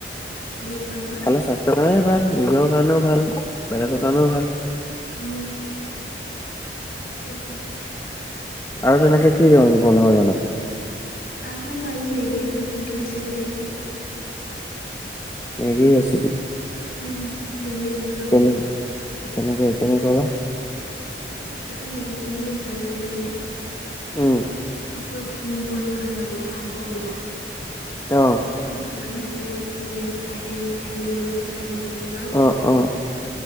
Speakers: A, on the left; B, on the left.
A: ই খোৱা নহয়?
B: খালে স্বাস্থ্যৰ কাৰণে ভাল, নিজৰ কাৰণেও ভাল। বেলেগৰ কাৰণেও ভাল।
A: উম। সেইটোৱে।
B: আৰু তেনেকে কি ৰং বনাব জান?
A: আৰু জান, আজি মেগীৰ নতুনকে ৰেচিপি এটা শিকিছোঁ।
B: মেগীৰ ৰেচিপি?
A: উম, মেগীৰ।
B: কেনি, কেনেকে কেনেকুৱা বা?
A: ভাততে মেগীখিনি বইল কৰিব লাগে।
B: উম।
A: অ' পুৰা ফুল বইল নহয় আৰু, অলপ হাফ বইল আৰু।
B: অ'।
A: গধুলিলে মানে কাহি কাহি ল'ব লাগে, কাহি পেলাই তোমাৰ।
B: অ অ'।